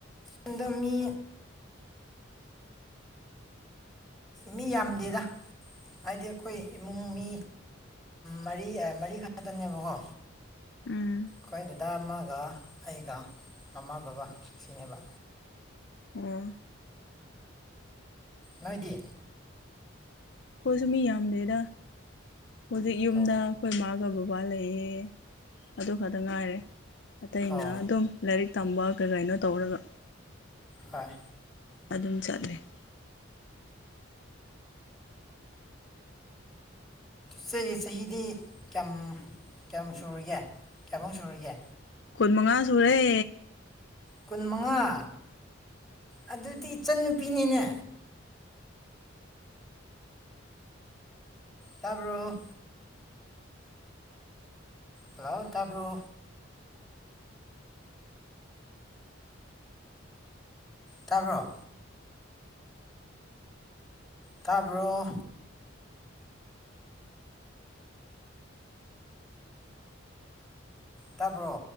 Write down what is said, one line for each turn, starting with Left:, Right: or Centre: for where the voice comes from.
Centre: ꯌꯦꯗ ꯃꯤ ꯃꯤ ꯌꯥꯝꯗꯦꯗ ꯍꯥꯏꯗꯤ ꯑꯩꯈꯣꯏ ꯏꯃꯨꯡ ꯃꯤ ꯃꯔꯤ ꯃꯔꯤꯈꯛꯇꯅꯦꯕꯀꯣ
Left: ꯎꯝ
Centre: ꯀꯥꯏꯗꯗꯥꯃ ꯑꯗꯨꯒꯒ ꯑꯩꯒ ꯃꯃꯥ ꯕꯕꯥ ꯁꯤꯅꯦꯕ
Left: ꯋꯥ
Centre: ꯅꯣꯏꯗꯤ
Left: ꯑꯩꯣꯏꯁꯨ ꯃꯤ ꯌꯥꯝꯗꯦꯗ ꯍꯧꯖꯤꯛ ꯌꯨꯝꯗ
Centre: ꯑꯣ
Left: ꯑꯩꯈꯣꯏ ꯃꯥꯒꯕꯨ ꯎ ꯋꯥ ꯂꯩꯌꯦ ꯑꯗꯨ ꯈꯛꯇ ꯉꯥꯏꯔꯦ ꯑꯇꯩꯅ
Centre: ꯑꯣ
Left: ꯑꯗꯨꯝ ꯂꯥꯏꯔꯤꯛ ꯇꯝꯕ ꯀꯩ ꯀꯩꯅꯣ ꯇꯧꯔꯒ
Centre: ꯍꯣꯏ
Left: ꯑꯗꯨꯝ ꯆꯠꯂꯦ ꯍꯨꯏ <inaudible>
Centre: ꯔꯦ ꯌꯦ ꯆꯍꯤꯍꯤꯗꯤ ꯀꯌꯥꯝ ꯀꯌꯥꯃꯨꯛ ꯁꯨꯔꯤꯒꯦ ꯀꯌꯥꯃꯨꯛ ꯁꯨꯔꯤꯒꯦ
Left: ꯈꯨꯟ ꯃꯉꯥ ꯁꯨꯔꯦ
Centre: ꯀꯨꯟ ꯃꯉꯥ ꯑꯗꯨꯗꯤ ꯏꯆꯟꯟꯅꯨꯄꯤꯅꯤꯅꯦ ꯇꯥꯔꯕ ꯍꯂꯥꯎ ꯇꯥꯕ꯭ꯔꯣ ꯇꯥꯔꯕ꯭ꯔꯣ ꯇꯥꯔꯕꯔꯣ ꯇꯥꯕ꯭ꯔꯣ